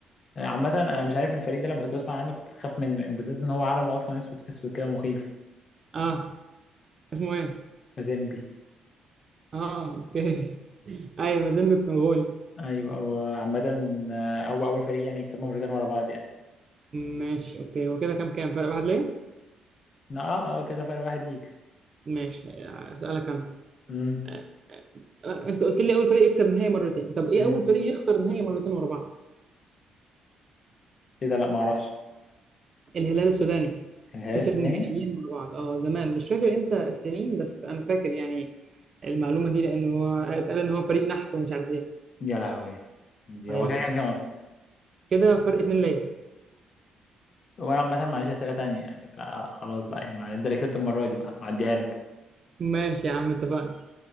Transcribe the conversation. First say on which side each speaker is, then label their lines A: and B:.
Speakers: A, on the left; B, on the right.
A: عامة انا مش عارف الفريق ده لما كنت بسمع عنه كنت بخاف منه وبالذات ان هو علمه اصلا اسود في اسود كده مخيف
B: اه اسمه ايه؟
A: مازيمبي
B: اه اوكي <laughs> ايوه مازيمبيك منغولي
A: ايوه هو عامة آه، هو اول فريق يعني يكسبه مرتين ورا بعض يعني
B: ماشي اوكي هو كده كام كام فرق واحد ليه؟
A: اه اه آه، كده فرق واحد ليك
B: ماشي هسألك انا
A: امم
B: آه، آه، انت قلت لي اول فريق يكسب نهائي مرتين طب ايه
A: امم
B: اول فريق يخسر نهائي مرتين ورا بعض؟
A: كده لا ما اعرفش
B: الهلال السوداني
A: الهاش
B: خسر
A: تاني
B: نهائيين مع بعض اه زمان مش فاكر امتى السنين بس انا فاكر يعني المعلومه دي لان هو اتقال ان هو فريق نحس ومش عارف ايه
A: يا لهوي يا
B: ايوه
A: هو كده كام كام اصلا
B: كده فرق اتنين ليا
A: وانا عامة ما عنديش اسئلة تانية يعني فخلاص بقى يعني مع- انت اللي كسبت المرة دي بقى معديها لك
B: ماشي يا عم اتفقنا